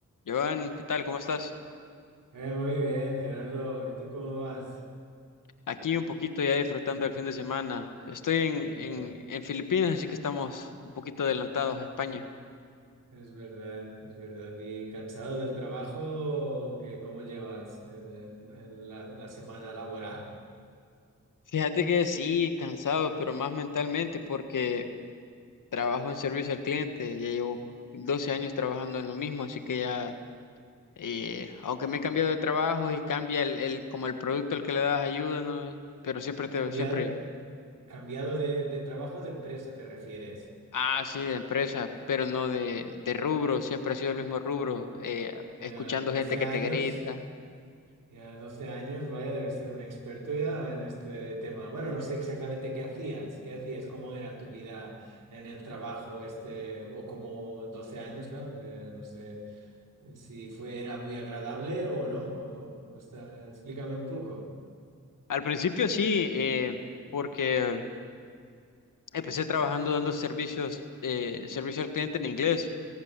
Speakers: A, on the left; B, on the right.
A: Joan, ¿qué tal? ¿Cómo estás?
B: Eh, muy bien, Gerardo. ¿Y tú cómo vas?
A: Aquí un poquito ya disfrutando el fin de semana. Estoy en,
B: Ya,
A: en, en Filipinas, así que estamos un poquito adelantados a España.
B: es verdad, es verdad. ¿Y cansado del trabajo? o qué? ¿Cómo llevas eh, en- en la, la semana laboral?
A: Fíjate que sí, cansado, pero más mentalmente porque trabajo en servicio al cliente. Ya llevo 12 años trabajando en lo mismo, así que ya, eh, aunque me he cambiado de trabajo y cambia el, el- como el producto al que le das ayuda, ¿no? Pero siempre te,
B: Cambiado,
A: siempre
B: cambiado de, de trabajo de empresa, ¿te refieres?
A: Ah, sí, de empresa, pero no de, de rubro, siempre ha sido el mismo rubro, eh,
B: Ya
A: escuchando
B: 12
A: gente que
B: años,
A: te grita.
B: ya doce años, vaya, debes ser un experto ya en este tema. Bueno, no sé exactamente qué hacías, qué hacías, cómo era tu vida en el trabajo este, o cómo 12 años, claro, eh, no sé. eh, si fue, era muy agradable o no, o, o está, explícame un poco.
A: Al principio sí, eh, porque empecé trabajando dando servicios, eh, servicio al cliente en inglés.